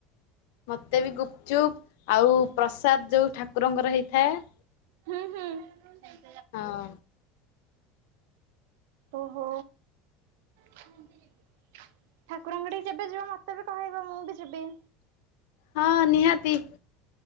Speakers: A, on the left; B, on the right.
A: ମୋତେବି ଗୁପଚୁପ୍ ଆଉ ପ୍ରସାଦ ଯେଉଁ ଠାକୁରଙ୍କର ହେଇଥାଏ
B: ହୁଁ ହୁଁ।
A: ହଁ।
B: ଓହୋ। ଠାକୁରଙ୍କ ଆଡ଼େ ଯେବେ ଯିବ ମତେବି କହେଇବ ମୁଁବି ଯିବି।
A: ହଁ ନିହାତି।